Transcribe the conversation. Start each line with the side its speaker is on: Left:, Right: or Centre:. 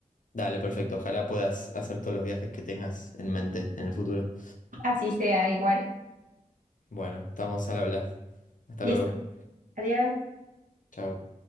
Left: dale, perfecto, ojalá puedas hacer todos los viajes que tengas en mente en el futuro.
Right: Así sea, igual.
Left: Bueno, estamos al habla, hasta luego,
Right: Listo. Adiós.
Left: chao.